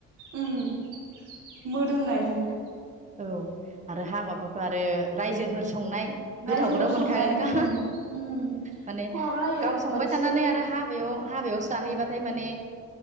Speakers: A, on the right; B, on the right.
A: उम मोदोमनायजोंनो।
B: औ आरो हाबाफ्रावथ' आरो रायजोफोर संनाय
A: रायजोफोर
B: गोथावखौथ' मोनखागोनखा
A: संनाय उम उम
B: माने
A: खहाबलायो
B: गाव संबाय
A: बोथिसे
B: थानानै
A: बारा
B: आरो हाबायाव हाबायाव साहैबाथाय माने